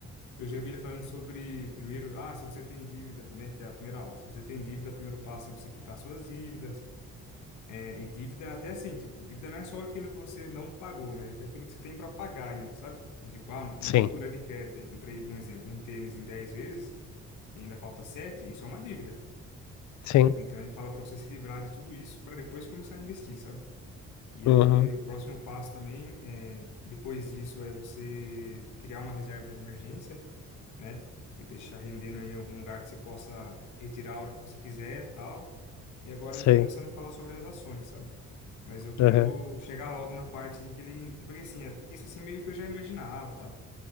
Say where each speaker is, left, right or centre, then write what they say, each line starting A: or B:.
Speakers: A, on the left (about 80°); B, on the left (about 70°).
A: Eu já vi ele falando sobre, primeiro, ah, se você tem dívida, né, que é a primeira aula. Se você tem dívida, o primeiro passo é você quitar suas dívidas. É, e dívida até assim, tipo, dívida não é só aquilo que você não pagou, mas até aquilo que você tem para pagar ainda, sabe? Então, tipo, ah, uma
B: Sim,
A: fatura de crédito, aí, comprei, um exemplo, um tênis em 10 vezes e ainda falta sete isso é uma dívida.
B: sim,
A: Então, ele fala para você se livrar de tudo isso para depois começar a investir, sabe? E
B: uhum,
A: aí, o próximo passo também, é, depois disso, é você criar uma reserva de emergência né? E deixar rendendo aí em algum lugar que você possa retirar a hora que você quiser, tal. E agora
B: sim,
A: ele tá começando a falar sobre as ações, sabe? Mas eu quero
B: uhum,
A: chegar logo na parte em que ele, porque assim, é- isso assim meio que eu já imaginava, tal,